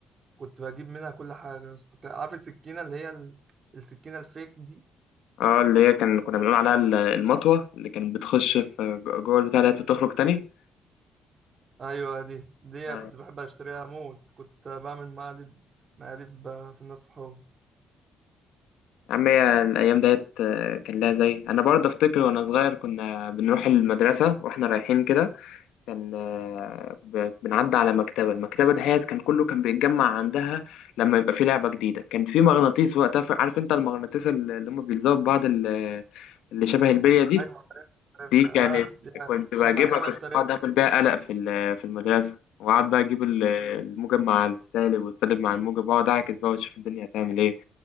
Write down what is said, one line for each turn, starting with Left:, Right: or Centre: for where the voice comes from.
Right: كنت بجيب منها كل حاجه يا اسطى. عارف السكينه اللي هي ال- السكينه الفيك دي
Left: اه اللي هي كان كنا بنقول عليها ال- المطوة اللي كانت بتخش في جوه البتاع ديت وتخرج تاني
Right: ايوه دي دي
Left: آه.
Right: كنت بحب اشتريها موت كنت بعمل مقالب مقالب في الناس صحابي
Left: يا عم هي الأيام ديت آه، كان لها زي أنا برضه أفتكر وأنا صغير كنا بنروح المدرسة وإحنا رايحين كده كان آه، ب- بنعدي على مكتبة المكتبة دهيت كان كله كان بيتجمع عندها لما يبقى في لعبة جديدة كان في مغناطيس وقتها ف- عارف انت المغناطيس اللي اللي هم بيلزقوا في بعض ال- اللي شبه البلية دي
Right: ايوه عارفها
Left: دي
Right: اه
Left: كانت
Right: دي-
Left: <laughs> كنت بجيبها
Right: ياما ياما
Left: كنت
Right: اشتريت
Left: بقعد اعمل بيها قلق في ال- في المدرسة وقعد بقى اجيب ال- الموجب مع السالب والسالب مع الموجب واقعد اعكس بقى واشوف الدنيا هتعمل ايه